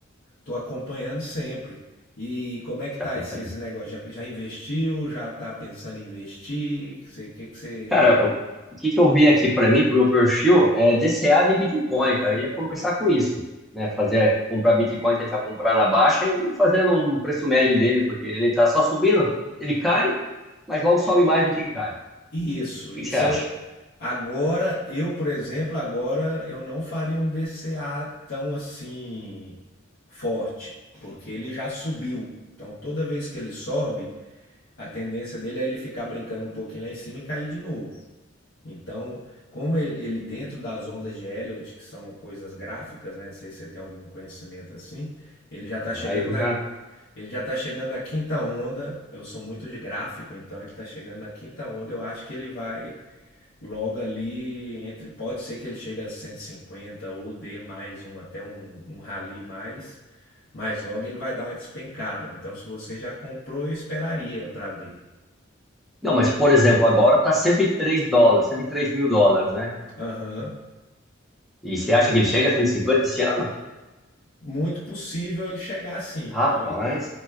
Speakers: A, on the left; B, in the centre.
A: tô acompanhando sempre. E como é que
B: você
A: tá
B: acompanha.
A: esses negócios? Já, já investiu? Já tá pensando em investir? O que que você
B: Cara, o que que eu vi aqui pra mim, pro meu perfil, é DCA de Bitcoin, cara. Eu ia começar com isso, né? Fazer, comprar Bitcoin, tentar comprar na baixa e fazendo um preço médio dele, porque ele tá só subindo, ele cai, mas logo sobe mais do que cai. O
A: Isso,
B: que
A: isso
B: que você acha?
A: é o. Agora, eu, por exemplo, agora eu não faria um DCA tão assim forte, porque ele já subiu. Então, toda vez que ele sobe, a tendência dele é ele ficar brincando um pouquinho lá em cima e cair de novo. Então, como ele, ele dentro das ondas de Elliott que são coisas gráficas, né? Não sei se você tem algum conhecimento assim, ele já está
B: Ah,
A: chegando
B: eu
A: na,
B: já.
A: ele já está chegando na quinta onda. Eu sou muito de gráfico, então ele está chegando na quinta onda. Eu acho que ele vai Logo ali, entre pode ser que ele chegue a 150 ou dê mais um, até um, um rally mais, mas logo ele vai dar uma despencada. Então, se você já comprou, eu esperaria para ver.
B: Não, mas por exemplo, agora tá 103 dólares, 103 mil dólares, né?
A: Aham.
B: E você acha que ele chega a cento e cinquenta esse ano?
A: Muito possível ele chegar assim.
B: Rapaz,
A: Então, i-